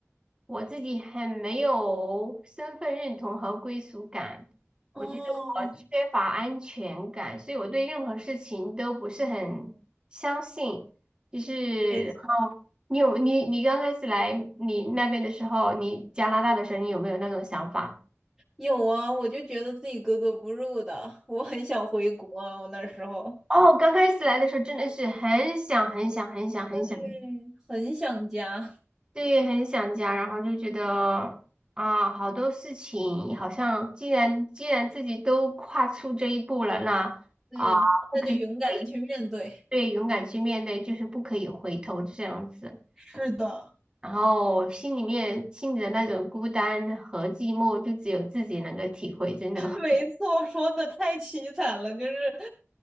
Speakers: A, on the right; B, in the centre.
A: 我自己很没有身份认同和归属感，
B: 哦，
A: 我觉得我缺乏安全感，所以我对任何事情都不是很相信。就是
B: 没错。
A: 你有你你刚开始来你那边的时候，你加拿大的时候，你有没有那种想法？
B: 有啊，我就觉得自己格格不入的，<laughs> 我很想回国啊，我那时候，
A: 哦，刚开始来的时候真的是很想很想很想很想，
B: 对，很想家，
A: 对，很想家，然后就觉得啊，好多事情好像既然既然自己都跨出这一步了，那啊，
B: 对，
A: 不可以回，
B: 那就勇敢的去面对。
A: 对，勇敢去面对，就是不可以回头这样子。
B: 是的，
A: 然后心里面心里的那种孤单和寂寞，就只有自己能够体会，真的。
B: <laughs> 没错，说的太凄惨了，就是跟